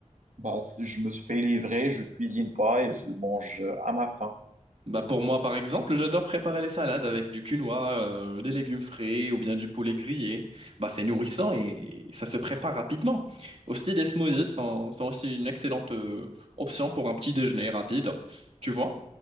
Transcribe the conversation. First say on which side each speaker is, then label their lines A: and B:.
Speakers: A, on the right; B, on the right.
A: bah, c'est- je me fais livrer, je cuisine pas et je mange à ma faim.
B: Bah pour moi par exemple, j'adore préparer les salades avec du quinoa, euh, des légumes frais ou bien du poulet grillé. Bah c'est nourrissant et ça se prépare rapidement. Aussi les smoothies sont, sont aussi une excellente euh, option pour un petit déjeuner rapide. Tu vois?